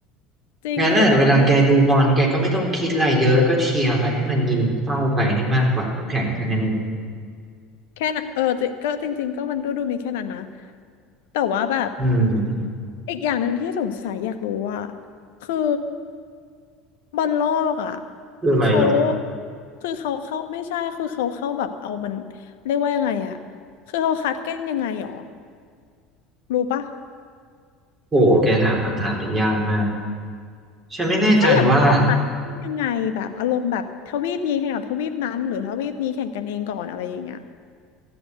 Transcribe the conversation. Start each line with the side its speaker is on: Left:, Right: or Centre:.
Left: จริงคือแต่วันเท่
Right: งั้นน่ะเวลาแกดูบอลแกก็ไม่ต้องคิดอะไรเยอะก็เชียร์ไปให้มันยิงเข้าไปให้มากกว่าคู่แข่งแค่นั้นเอง
Left: แค่นั้นเออจริก็จริงๆก็มันดูดูมีแค่นั้นนะแต่ว่าแบบ
Right: อืม
Left: อีกอย่างหนึ่งที่สงสัยอยากรู้ว่าคือบอลโลกอ่ะ
Right: คืออะไรหรอ
Left: เขาคือเขาเข้าไม่ใช่คือเขาเข้าแบบเอามันเรียกว่ายังไงอ่ะคือเขาคัดกันยังไงหรอรู้ปะ
Right: โอ้โหแกถามคำถามที่ยากมากฉันไม่แน่ใจว่า
Left: แค่อยากรู้เขาคัดยังไงแบบอารมณ์แบบทวีปนี้แข่งกับทวีปนั้นหรือทวีปนี้แข่งกันเองก่อนอะไรอย่างเงี้ย